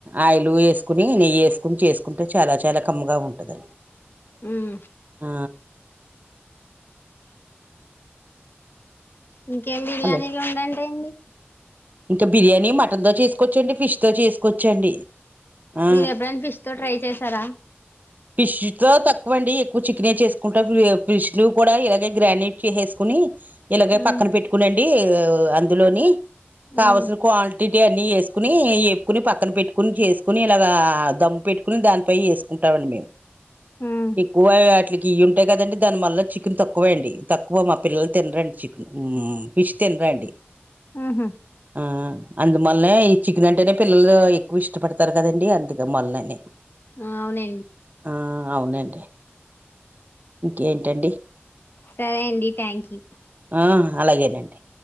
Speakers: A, on the right; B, on the left.
A: ఆయిలు వేసుకుని నెయ్యేసు కుని చేసుకుంటే చాలా చాలా కమ్గా ఉంటదండి
B: మ్మ్
A: ఆ
B: ఇంకేం బిర్యానీలు
A: హలో
B: ఉండంటా అండి
A: ఇంకా బిర్యానీ మటన్ తో చేసుకోవచ్చండి ఫిష్ తో చేసుకోవచ్చండి ఆ
B: మీరు ఎప్పుడైనా ఫిష్ తో ట్రై చేస్ తార
A: ఫిష్‌తో తక్వండి ఎక్కువ చక్ క్నే చేసుకుంటా ఫ్రిజ్లు కూడా ఇలాగే గ్రానిట్ చేసేసుకుని ఇలాగే
B: మ్మ్
A: పక్కన పెట్టుకునిండి అండీ అందులోని కావల్సిన
B: మ్మ్
A: క్వాంటి ఇటి అన్నీ వేసుకుని ఏపుకొని పక్కన పెట్టుకుని చేసుకుని ఇలాగ దమ్ పెట్టుకుని దానిపై వేసుకుంటామండి మేము
B: మ్మ్
A: ఇ కువాకి అట్లికి వేయం ఆంథే కదండి దాని మళ్ళ చికెన్ తక్కువే అండి తక్కువ మా పిల్లలు తినరండి చికెన్ ఫిష్ తినరండి
B: ఉహుమ్
A: ఆ అందు మళ్లనే ఈ చికనంటేనే పిల్లలు ఎక్కువ ఇష్టపడతారు కదండి అందుక మళ్ళనే
B: అవునండి
A: ఆ అవునండి ఇంకేంటండి
B: సరే అండి థ్యాంక్ యూ
A: ఆ అలాగేనండి